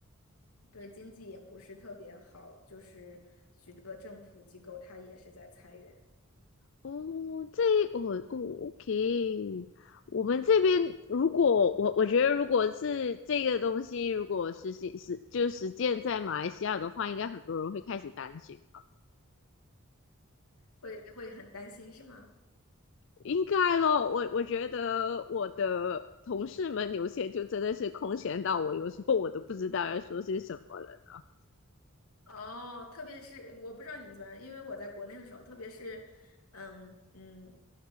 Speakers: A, on the left; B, on the left.
A: 对经济也不是特别好，就是许多政府机构它也是在裁员，
B: 哦，这我哦哦，OK，我们这边如果我我觉得如果是这个东西，如果实行实就实践在马来西亚的话，应该很多人会开始担心了。
A: 会会很担心是吗？
B: 应该咯，我我觉得我的同事们有些就真的是空闲到我，有时候我都不知道要说些什么了呢。
A: 哦，特别是我不知道你们怎么样，因为我在国内的时候，特别是，嗯嗯，